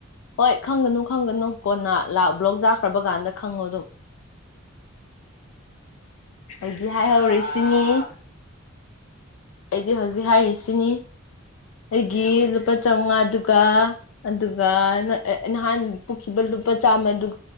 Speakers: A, on the left; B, on the left.
A: ꯍꯣꯏ ꯈꯪꯒꯅꯨ ꯈꯪꯒꯅꯨ ꯀꯣꯟꯅ ꯂꯥ ꯕ꯭ꯂꯣꯛ ꯆꯥꯈ꯭ꯔꯕ ꯀꯥꯟꯗ ꯈꯪꯉꯣ ꯑꯗꯨꯝ ꯑꯩꯗꯤ ꯍꯥꯏꯍꯧꯔꯤꯁꯤꯅꯤ
B: ꯑ
A: ꯑꯩꯗꯤ ꯍꯧꯖꯤꯛ ꯍꯥꯏꯔꯤꯁꯤꯅꯤ
B: ꯍꯣꯏꯅꯦ
A: ꯑꯩꯒꯤ
B: ꯍꯣꯏꯅꯦ
A: ꯂꯨꯄ ꯉꯥꯗꯨꯒ ꯑꯗꯨꯒ ꯅ ꯑ ꯅꯍꯥꯟ ꯄꯨꯈꯤꯕ ꯂꯨꯄꯥ ꯆꯥꯝꯃꯗꯨ